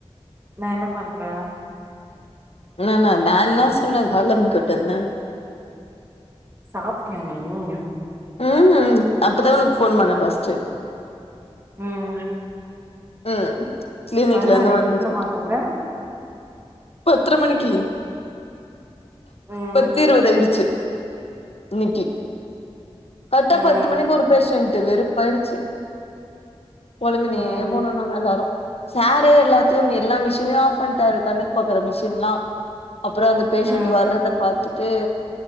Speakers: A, on the right; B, on the left.
A: நா என்னப் பண்றே
B: நாநா தா என்னா சொன்னே கால் அம்குட்டுந்தே
A: சாப்டியா நீனு
B: ம் அப்போதா ஒனக் ஃபோன் பண்ணே ஃபஸ்ட்டு
A: ம்
B: ம் கிளினிக்லந்து
A: பரவாயில்லையே
B: வந்து
A: சீக்கிரமா
B: சொட்ட
A: ஒத்துக்குற
B: பத்தரை மணிக்கீ
A: ம்
B: பத்து இருவதாயிடுச்சு இன்னைக்கி கரெட்டா
A: ம்
B: பத்து மணிக்கு ஒரு பேசன்ட்டு வெறுப்பாயிடுச்சி பொலமினே
A: ம்
B: போனோ நாங்க எல்லாரு சாரு எல்லாத்தியும் எல்லா மிஷினையு ஆஃப் பண்ட்டாரு கண்ணுக்கு பாக்கற மிஷின்லா அப்றோ அந்த பேஷண்ட்டு
A: ம்
B: வர்றத பாத்துட்டு